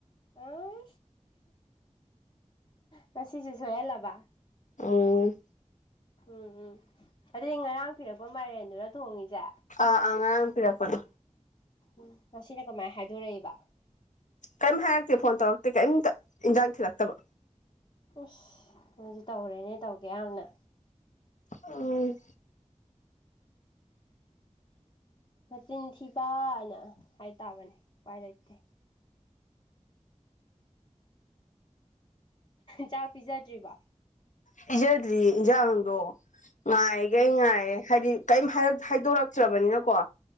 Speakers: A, on the left; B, on the left.
A: ꯑꯏ ꯉꯁꯤꯁꯨ ꯁꯣꯏꯍꯜꯂꯕ
B: ꯑꯣ
A: ꯎꯝ ꯑꯗꯨꯗꯤ ꯉꯔꯥꯡ ꯄꯤꯔꯛꯄ ꯃꯥꯏꯔꯦꯟꯗꯨꯔ ꯊꯣꯡꯉꯤꯁꯦ
B: ꯑ ꯑ ꯉꯥꯔꯥꯡ ꯄꯤꯔꯛꯄꯗꯣ
A: ꯎꯝ ꯉꯁꯤꯅ ꯀꯃꯥꯏꯅ ꯍꯥꯏꯗꯣꯔꯛꯏꯕ
B: ꯀꯔꯤꯝ ꯍꯥꯏꯔꯛꯇꯦ ꯐꯣꯟ ꯇꯧꯔꯛꯇꯦ ꯀꯔꯤꯝꯇ ꯏꯟꯖꯥꯡ ꯊꯤꯂꯛꯇꯕ
A: ꯏꯁ ꯅꯪꯁꯨ ꯇꯧꯔꯦꯅꯦ ꯇꯧꯒꯦ ꯌꯥꯎꯅ
B: ꯑꯝ
A: ꯅꯆꯤꯟ ꯊꯤꯕ ꯍꯥꯏ ꯍꯥꯏ ꯇꯥꯕꯅꯦ ꯎꯄꯥꯏ ꯂꯩꯇꯦ ꯆꯥꯛ ꯄꯤꯖꯗ꯭ꯔꯤꯕ
B: ꯄꯤꯖꯗ꯭ꯔꯤꯌꯦ ꯏꯟꯁꯥꯡꯗꯣ ꯉꯥꯏꯈꯩ
A: ꯎꯝ
B: ꯉꯥꯏ ꯍꯥꯏꯗꯤ ꯀꯔꯤꯝ ꯍꯥꯏꯗꯣꯔꯛꯇ꯭ꯔꯕꯅꯤꯅꯀꯣ